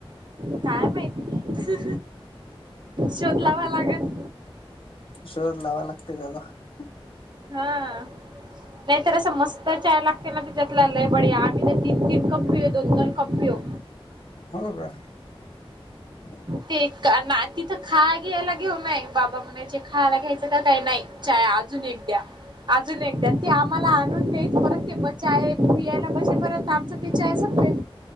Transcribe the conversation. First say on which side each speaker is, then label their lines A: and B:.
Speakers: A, on the right (about 50°); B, on the left (about 65°).
A: काय माहिती, शोध लावाय लागल.
B: शोध लावाय लागतय <unintelligible>
A: हा. नाहीतर असं मस्त चाय लागतय ना त्याच्यातला लय बडीया. मी तीन-तीन कप पियो, दोन-दोन कप पियो
B: हो का? <inaudible>
A: ते का ना तिथं खा घ्यायला घेऊनय बाबा म्हणायचे खायला घ्यायचं तर काही नाही चाय अजून एक द्या. अजून एक दया. ते आम्हाला आणून देई परत ते, चाय पियायला बसे परत आमच पि चाय संपे